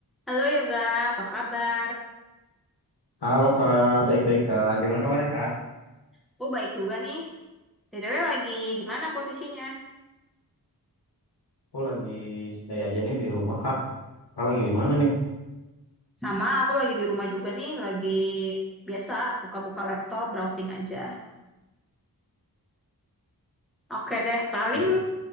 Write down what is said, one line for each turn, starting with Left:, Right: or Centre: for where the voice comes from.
Centre: Halo Yoga, apa kabar?
Left: Halo Kak, baik-baik Kak. Gimana kabarnya Kak?
Centre: Aku baik juga nih. BTW lagi di mana posisinya?
Left: Aku lagi stay aja nih di rumah Kak. Kak lagi di mana nih?
Centre: Sama, aku lagi di rumah juga nih, lagi biasa buka-buka laptop, browsing aja. Oke deh, paling
Left: Di-